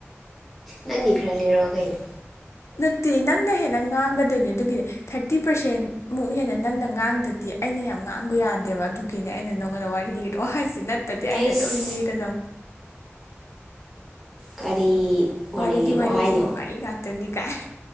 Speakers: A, in the centre; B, on the left.
A: ꯅꯪꯒꯤ ꯈꯔ ꯂꯩꯔꯛꯑꯣ ꯀꯩꯅꯣ
B: ꯅꯠꯇꯦ ꯅꯪꯅ ꯍꯦꯟꯅ ꯉꯥꯡꯒꯗꯣꯏꯅꯦ ꯑꯗꯨꯒꯤꯅꯦ ꯊꯥꯔꯇꯤ ꯄꯥꯔꯁꯦꯟꯃꯨꯛ ꯍꯦꯟꯅ ꯅꯪꯅ ꯉꯥꯡꯗꯗꯤ ꯑꯩꯅ ꯌꯥꯝ ꯉꯥꯡꯕ ꯌꯥꯗꯦꯕ ꯑꯗꯨꯒꯤꯅꯦ ꯑꯩꯅ ꯅꯪꯉꯣꯟꯗ ꯋꯥꯔꯤ ꯂꯤꯔꯛꯑꯣ ꯍꯥꯏꯁꯤꯦ ꯅꯠꯇꯦ ꯇꯗꯤ ꯑꯩꯅ
A: ꯑꯩꯁ
B: ꯑꯗꯨꯝ ꯂꯤꯔꯗꯧ
A: ꯀꯔꯤ
B: ꯋꯥꯍꯔꯤ
A: ꯋꯥꯔꯤ ꯂꯤꯔꯛꯑꯣ
B: ꯗꯤꯍꯔꯤ
A: ꯍꯥꯏꯅꯣ
B: ꯀ ꯋꯥꯔꯤꯔꯤꯀꯥꯛꯗ ꯅꯤꯀꯥꯏꯥꯏ